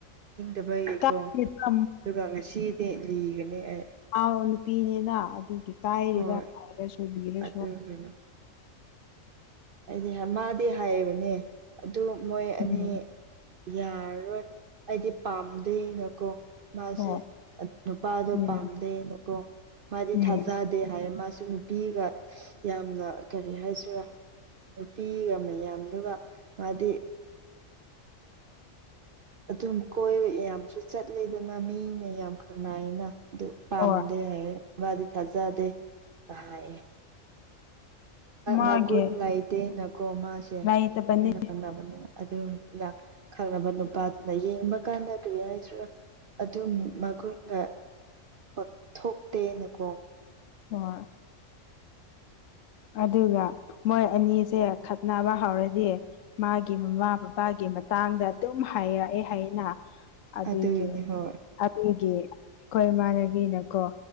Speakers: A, on the right; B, on the left.
A: ꯑ ꯕꯩꯒꯤꯀꯣ
B: ꯀꯥꯏꯗꯦꯗ
A: ꯑꯗꯨꯒ ꯉꯁꯤꯗꯤ ꯂꯤꯒꯅꯤ ꯑꯩ
B: ꯑ ꯅꯨꯄꯤꯅꯤꯅ ꯑꯗꯨꯒꯤ ꯀꯥꯏꯔꯤꯦꯗ
A: ꯍꯣꯏ
B: ꯍꯥꯏꯔꯁꯨꯕꯤꯔꯁꯨ
A: ꯑꯗꯨꯒꯤꯅꯤ ꯑꯩꯗꯤ ꯃꯥꯗꯤ ꯍꯥꯏꯕꯅꯦ ꯑꯗꯨ ꯃꯣꯏ ꯑꯅꯤ
B: ꯎꯝ
A: ꯌꯥꯔꯔꯣꯏ ꯑꯩꯗꯤ ꯄꯥꯝꯗꯦꯅꯀꯣ ꯃꯥꯁꯦ
B: ꯍꯣꯏ
A: ꯅꯨꯄꯥꯗꯣ
B: ꯎꯝ
A: ꯄꯥꯝꯗꯦꯅꯀꯣ ꯃꯥꯗꯤ
B: ꯎꯝ
A: ꯊꯥꯖꯗꯦ ꯍꯥꯏ ꯃꯥꯁꯨ ꯑꯗꯨ ꯅꯨꯄꯤꯒ ꯌꯥꯝꯅ ꯀꯔꯤ ꯍꯥꯏꯁꯤꯔꯥ ꯅꯨꯄꯤꯒ ꯃꯌꯥꯝꯗꯨꯒ ꯃꯥꯗꯤ ꯑꯗꯨꯝ ꯀꯣꯏ ꯌꯥꯝꯁꯨ ꯆꯠꯂꯦ ꯑꯗꯨꯅ ꯃꯤꯅ ꯌꯥꯝ ꯈꯪꯅꯏꯅ ꯑꯗꯨ ꯄꯥꯝꯗꯦ
B: ꯍꯣꯏ
A: ꯍꯥꯏꯌꯦ ꯃꯥꯗꯤ ꯊꯥꯖꯗꯦ ꯑꯌꯦ
B: ꯃꯥꯒꯤ
A: ꯃꯒꯨꯟ ꯂꯩꯇꯦꯅꯀꯣ ꯃꯥꯁꯦ
B: ꯂꯩꯇꯕꯅꯤ
A: ꯑꯩꯅ ꯉꯪꯅꯕ ꯅꯨꯡꯉꯥꯏ ꯑꯗꯨꯅ ꯈꯪꯅꯕ ꯅꯨꯄꯥꯗꯨꯅ ꯌꯦꯡꯕ ꯀꯥꯟꯗ ꯀꯔꯤ ꯍꯥꯏꯁꯤ ꯑꯗꯨꯝ ꯃꯒꯨꯟꯒ ꯀꯊꯣꯛꯇꯦꯅꯀꯣ <inaudible>
B: ꯍꯣꯏ ꯑꯗꯨꯒ ꯃꯣꯏ ꯑꯅꯤꯁꯦ ꯈꯠꯅꯕ ꯍꯧꯔꯗꯤ ꯃꯥꯒꯤ ꯃꯃꯥ ꯄꯥꯒꯤ ꯃꯇꯥꯡꯗ ꯑꯗꯨꯝ ꯍꯥꯏꯔꯛꯑꯦ ꯍꯥꯏꯅ ꯑꯗꯨꯗꯒꯤ
A: ꯑꯗꯨꯒꯤꯅꯤ ꯍꯣꯏ
B: ꯑꯩꯈꯣꯏ ꯏꯃꯥꯟꯅꯕꯤꯅꯀꯣ